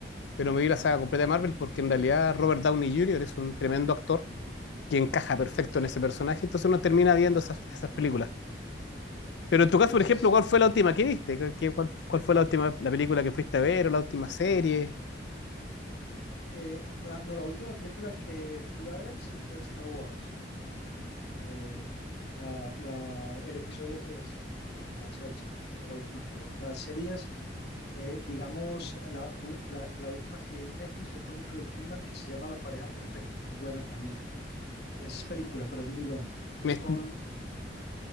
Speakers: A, on the left; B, on the left.
A: pero me vi la saga completa de Marvel porque en realidad Robert Downey Jr. es un tremendo actor que encaja perfecto en ese personaje, entonces uno termina viendo esas, esas películas. Pero en
B: sí,
A: tu caso,
B: esa
A: por ejemplo,
B: es.
A: ¿cuál fue la última que viste? ¿Qué- qué- cuál, cuál fue la última la película que fuiste a ver o la última serie?
B: eh, la- no, la última película que fui a ver sí fue Star Wars. Eh, la, la- el episodio tres La venganza del sitio, esa fue la última que vi. Las series, eh, digamos, la, u- la- la última que vi en Netflix fue con Nicole Kidman, que se llama La pareja perfecta, muy buena también. Es película, pero es muy buena. Es
A: Me,
B: con,